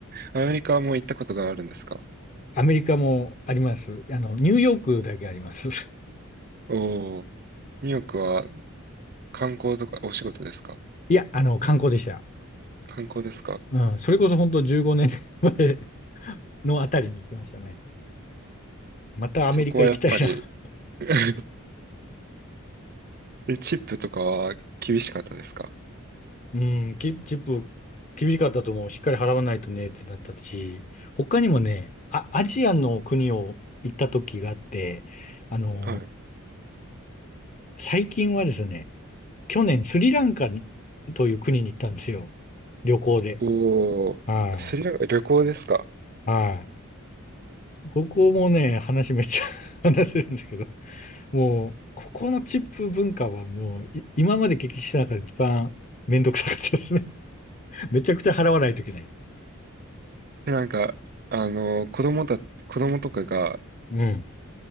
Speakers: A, on the right (about 45°); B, on the left (about 35°).
A: アメリカはもう行ったことがあるんですか
B: アメリカもあります。あの、ニューヨークだけあります。<laughs>
A: おお、ニューヨークは観光とかお仕事ですか
B: いや、あの、観光でした。
A: 観光ですか
B: うん、それこそ本当15年前のあたりに行きましたね。またアメリカ行きたいな。
A: そこはやっぱり <laughs> えチップとかは厳しかったですか
B: うん、きチップ厳しかったと思う。しっかり払わないとねってなったし、他にもね、あ、アジアの国を行った時があって、あの、
A: はい。
B: 最近はですね、去年スリランカという国に行ったんですよ。旅行で。
A: おお、
B: はい。
A: スリランカ旅行ですか
B: はい。ここもね、話めっちゃ <laughs> 話せるんですけど、もう、ここのチップ文化はもう、い今まで経験した中で一番めんどくさかったですね。<laughs> めちゃくちゃ払わないといけない。
A: で、なんか、あの、子供だ、子供とかが、
B: うん。